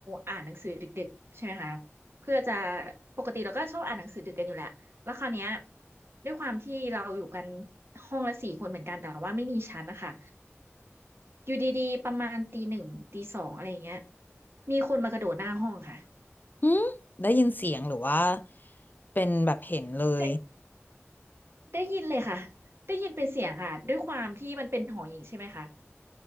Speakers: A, on the right (about 60°); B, on the left (about 40°).
A: อ่านหนังสือดึกๆใช่ไหมคะเพื่อจะปกติเราก็ชอบอ่านหนังสือดึกกันอยู่แหละ แล้วคราวเนี้ยด้วยความที่เราอยู่กันห้องละสี่คนเหมือนกันแต่ว่าไม่มีชั้นนะคะอยู่ดีๆประมาณตีหนึ่งตีสองอะไรอย่างเงี้ยมีคนมากระโดดหน้าห้องค่ะ
B: อืมได้ยินเสียงหรือว่าเป็นแบบเห็นเลย
A: ได้ได้ยินเลยค่ะได้ยินเป็นเสียงค่ะด้วยความที่มันเป็นหอหญิงใช่ไหมคะ